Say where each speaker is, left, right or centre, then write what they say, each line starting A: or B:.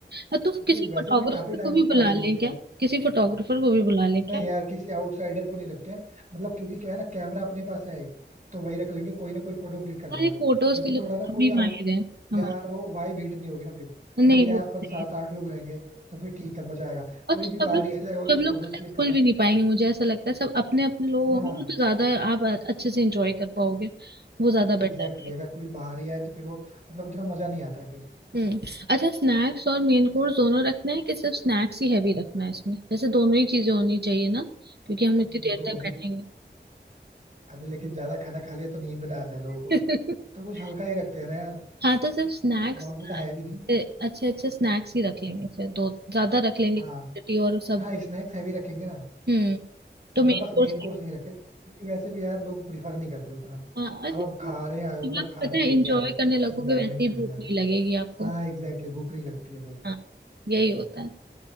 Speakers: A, on the right; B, on the right.
A: और तो
B: क्योंकि
A: किसी
B: वैसे
A: फोटोग्राफर
B: हमने काफी टाइम
A: को भी
B: से
A: बुला
B: पार्टी नहीं
A: लें
B: किया
A: क्या
B: है
A: किसी फोटोग्राफर को भी बुला लें
B: नहीं
A: क्या
B: यार किसी आउटसाइडर को नहीं रखते हैं मतलब क्योंकि क्या है ना कैमरा अपने पास है एक तो वही रख लेंगे कोई ना कोई फोटो क्लिक कर लेगा
A: अरे फोटोज
B: क्योंकि
A: के लिए
B: थोड़ा ना
A: अभी
B: कोई आउट
A: माहिर है हमारे
B: यार वो वाइब हिट नहीं होगी ना फिर
A: नहीं
B: अभी क्या
A: वो
B: है
A: भी
B: अपन सात
A: सही है
B: आठ लोग रहेंगे तो फिर ठीक है मजा आएगा
A: और
B: कोई
A: तो
B: भी
A: सब
B: बाहर
A: लोग
B: ही आ जाएगा वो
A: सब
B: तो
A: लोग
B: फोटोज
A: पता
B: क्लिक
A: है
B: कर
A: खुल
B: रहा
A: भी नहीं पाएंगे मुझे ऐसा लगता है सब अपने अपने लोग
B: है
A: होंगे
B: हाँ
A: ना तो ज्यादा आप अच्छे से एंजॉय कर पाओगे वो ज्यादा बेटर
B: एग्जैक्टली
A: है
B: अगर कोई बाहर ही आए तो फिर वो मतलब उतना मजा नहीं आता है फिर
A: हम्म अच्छा स्नैक्स और मेन कोर्स दोनों रखना है कि सिर्फ स्नैक्स ही हैवी रखना है इसमें वैसे दोनों ही चीजें होनी चाहिए ना क्योंकि हम
B: अभी
A: इतनी
B: देखो
A: देर तक
B: अभी
A: बैठेंगे
B: अभी लेकिन ज्यादा खाना खा लिया तो नींद ना आ जाए लोगों को
A: <laughs>
B: तो कुछ हल्का ही रखते हैं ना यार
A: हाँ तो सिर्फ स्नैक्स
B: बहुत ज्यादा हैवी नहीं
A: अच्छे अच्छे स्नैक्स ही रख लेंगे फिर दो ज्यादा रख लेंगे
B: हाँ
A: क्वांटिटी और सब
B: हाँ स्नैक्स हैवी रखेंगे ना
A: हम्म तो
B: मतलब
A: मेन
B: बस मेन
A: कोर्स
B: कोर्स नहीं रखते क्योंकि वैसे भी यार लोग प्रिफर नहीं करते उतना
A: हाँ और
B: अब आप खा
A: वो
B: रहे आए हो
A: जब
B: मतलब
A: आप
B: खाने
A: पता है
B: थोड़ी
A: इंजॉय
B: जा रहे हो
A: करने लगोगे
B: एंजॉयमेंट
A: वैसे ही
B: करने
A: भूख
B: जा रहे
A: नहीं लगेगी आपको
B: हो हाँ एग्जैक्टली भूख नहीं लगती है फिर
A: हाँ यही होता है